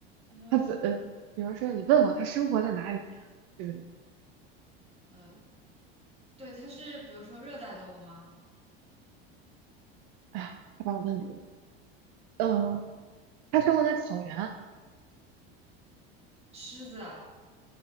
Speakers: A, on the right (about 20°); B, on the right (about 65°).
A: 嗯。
B: 他怎，呃，比如说你问我他生活在哪里呀，对不对？
A: 呃。对，它是比如说热带动物吗？
B: 哎呀，他把我问住了。嗯，他生活在草原，
A: 狮子啊，